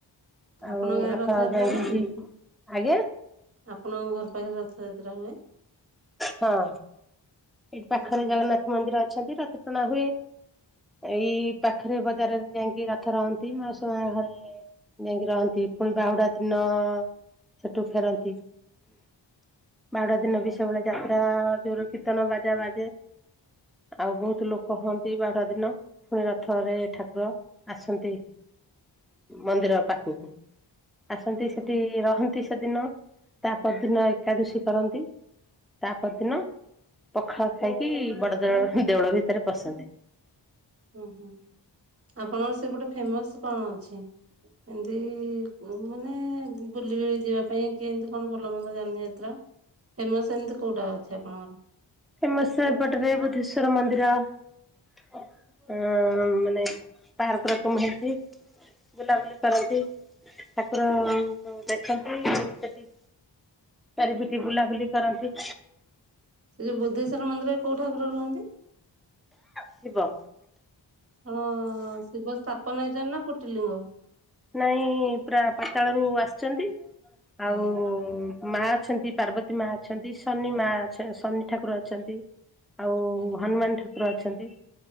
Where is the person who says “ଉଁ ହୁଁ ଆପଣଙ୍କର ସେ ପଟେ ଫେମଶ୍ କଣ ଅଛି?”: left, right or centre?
Right